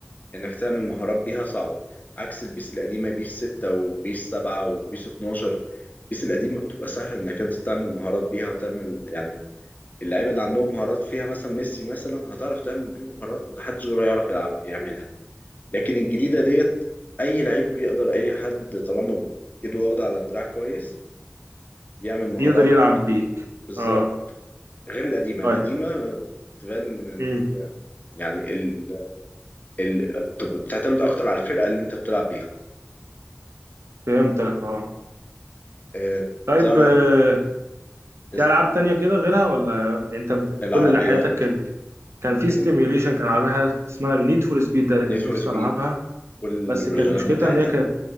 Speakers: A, on the left; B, on the right.
A: إنك تعمل مهارات بيها صعبة عكس البيس القديمة بيس 6 وبيس 7 وبيس 12 البيس القديمة بتبقى سهلة إنك أنت تعمل مهارات بيها وتعمل يعني اللعيبة اللي عندهم مهارات فيها مثلا ميسي مثلا هتعرف تعمل بيه مهارات محدش غيره يعرف يلعب يعملها لكن الجديده ديت اي لعيب بيقدر اي حد طالما ايده واخده على الدراع كويس يعمل مهارات
B: يقدر يلعب بيك
A: بالظبط
B: اه
A: غير القديمه
B: طيب
A: القديمه تبان ال...
B: امم
A: يعني ال... ال... بتب- بتعتمد اكتر على الفرقه اللي انت بتلعب بيها
B: فهمتك اه
A: آه،
B: طيب
A: بتعرف
B: آه.
A: تسال
B: في ألعاب تانية كده غيرها ولا أنت بت-
A: العربيات
B: كل اللي حياتك كانت بي- كان في
A: ان
B: ستيميوليشن كان عربية حاجة اسمها نيد فور سبيد ده اللي كان
A: نيد فور
B: نفسي
A: سبيد
B: ألعبها
A: كل
B: بس
A: الفيرجنات
B: كانت مشكلتها
A: بتاعتها
B: إن هي كانت